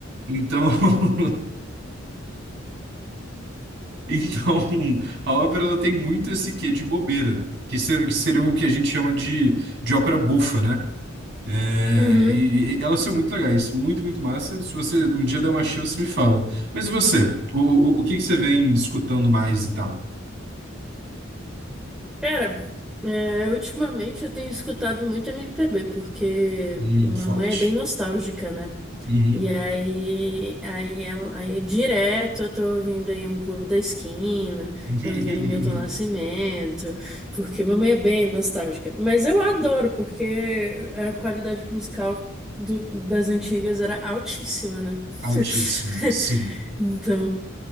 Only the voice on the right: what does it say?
Então, <laughs> Então, <laughs> a ópera ela tem muito esse quê de bobeira, que ser- que seria o que a gente chama de, de ópera bufa, né? É,
e, e elas são muito legais, muito, muito massa. Se você um dia der uma chance, me fala. Mas você, o, o, o que que você vem escutando mais e tal?
Hum,
forte.
Uhum.
<laughs>
Altíssimo,
sim.